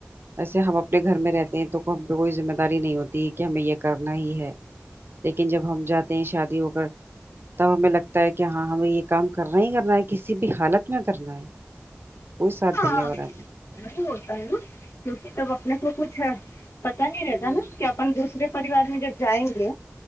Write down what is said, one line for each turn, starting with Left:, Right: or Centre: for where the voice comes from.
Right: ایسے ہم اپنے گھر میں رہتے ہیں تو ہم پہ کوئی ذمہ داری نہیں ہوتی ہے کہ ہمیں یہ کرنا ہی ہے لیکن جب ہم جاتے ہیں شادی ہو کر تب ہمیں لگتا ہے کہ کہ ہاں ہمیں یہ کام کرنا ہی کرنا ہے کسی بھی حالت میں کرنا ہے کوئی ساتھ
Left: ہاں
Right: دینے والا نہیں ہوتا ہے۔
Left: نہیں ہوتا ہے نا کیونکہ تب اپنے کو کچھ ہے پتا نہیں رہتا
Right: ہوں
Left: نا کہ اپن دوسرے پریوار میں جب جائیں گے